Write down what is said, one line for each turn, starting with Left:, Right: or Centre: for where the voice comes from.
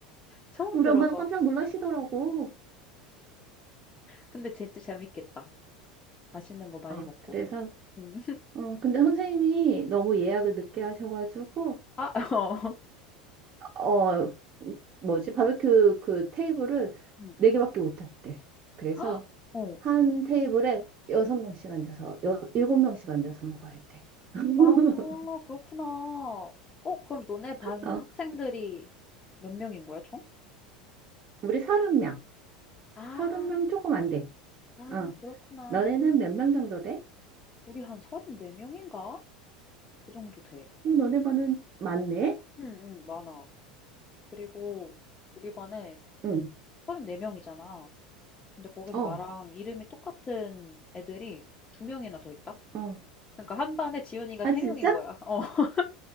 Left: 처음
Right: 우리
Left: 들어봐.
Right: 엄마도 깜짝 놀라시더라고.
Left: 근데 진짜 재밌겠다. 맛있는 거 많이
Right: 어,
Left: 먹고.
Right: 그래서,
Left: 음.
Right: 어, 근데 선생님이 너무
Left: <laughs>
Right: 예약을 늦게 하셔가지고,
Left: 아 어.
Right: 어, 뭐지, 바베큐 그 테이블을
Left: 음.
Right: 네개밖에못 했대. 그래서
Left: 헉! 어.
Right: 한 테이블에 여섯 명씩 앉아서, 여, 일곱 명씩 앉아서 먹어야 돼. <laughs>
Left: 아 그렇구나. 어 그럼 너네 반
Right: 어,
Left: 학생들이 몇 명인 거야, 총?
Right: 우리 서른 명
Left: 아,
Right: 서른 명 조금 안 돼.
Left: 아
Right: 어,
Left: 그렇구나.
Right: 너네는 한 몇 명 정도 돼?
Left: 우리 한 34명인가? 그 정도 돼.
Right: 어, 너네 반은 많네?
Left: 응, 응, 많아. 그리고 우리 반에
Right: 응,
Left: 34명이잖아. 근데 거기서
Right: 어,
Left: 나랑 이름이 똑같은 애들이 두 명이나 더 있다?
Right: 어.
Left: 그러니까 한 반에 지연이가
Right: 아,
Left: 세
Right: 진짜?
Left: 명인 거야. 어. <laughs>